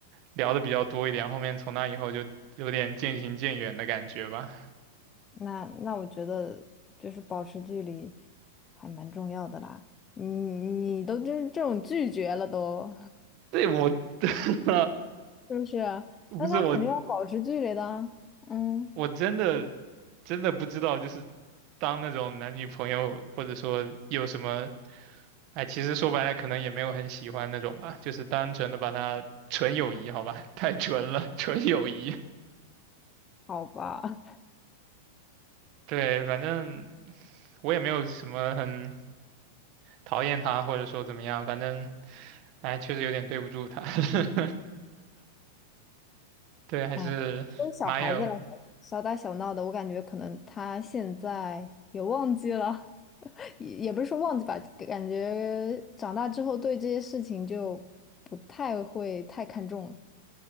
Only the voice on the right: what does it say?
聊的比较多一点，后面从那以后就有点渐行渐远的感觉吧。
对我，<laughs>
不是我，我真的真的不知道，就是当那种男女朋友或者说有什么，哎，其实说白了可能也没有很喜欢那种吧，就是单纯的把它纯友谊，好吧，<laughs> 太纯了，纯友谊。
对，反正我也没有什么很讨厌他或者说怎么样，反正哎，确实有点对不住他。<laughs> 对，还是蛮有，